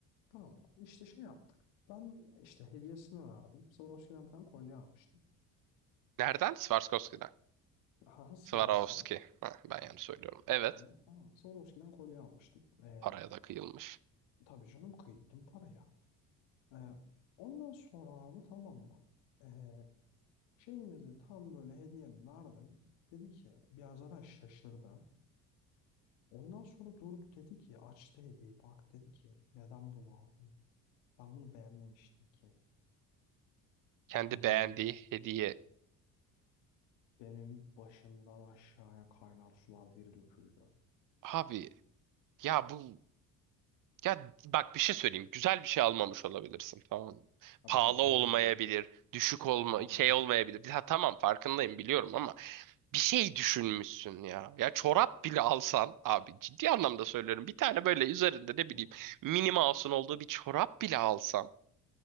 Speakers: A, on the left; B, on the right.
A: Tamam mı? İşte şey yaptık. Ben işte hediyesini verdim. Swarovski'den bir tane kolye almıştım.
B: Nereden? Swarovski'den.
A: Haha Swarovski'den.
B: Swarovski. Ha, ben
A: Evet.
B: yanlış söylüyorum. Evet.
A: Yani tamam. Swarovski'den kolye almıştım. Ee,
B: Paraya da kıyılmış.
A: tabii canım kıydım paraya. Ee, ondan sonra abi tamam mı? Ee, şeyimizi tam böyle hediyemi verdim. Dedi ki biraz zaten şaşırdı. Ondan sonra durdu dedi ki açtı hediyeyi bak dedi ki neden bunu aldın? Ben bunu beğenmemiştim ki.
B: Kendi
A: Abi
B: beğendiği
A: benim
B: hediye.
A: benim başımdan aşağıya kaynar sular bir döküldü.
B: Abi ya bu Ya bak bir şey söyleyeyim. Güzel bir şey almamış olabilirsin tamam mı?
A: Abi
B: Pahalı
A: hadi
B: olmayabilir,
A: güzeldi.
B: düşük olma
A: Pahalı.
B: şey olmayabilir. Ha tamam farkındayım biliyorum ama bir şey düşünmüşsün ya. Ya çorap bile alsan abi ciddi anlamda söylüyorum. Bir tane böyle üzerinde ne bileyim
A: Hı
B: mini mouse'un olduğu bir çorap bile alsan.